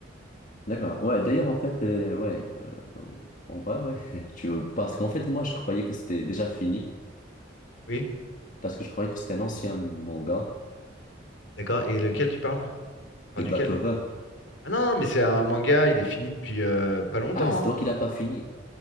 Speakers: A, on the left (about 45°); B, on the left (about 70°).
A: D'accord. Ouais, d'ailleurs, en fait, euh, ouais, euh, en vrai, ouais, <laughs> tu, parce qu'en fait, moi, je croyais que c'était déjà fini.
B: Oui,
A: Parce que je croyais que c'était un ancien manga
B: d'accord. Et lequel tu parles? Tu parles
A: de Black
B: duquel?
A: Clover.
B: Ah non, mais c'est un manga, il est fini depuis euh, pas longtemps,
A: Ah, c'est
B: hein.
A: toi qui l'as pas fini.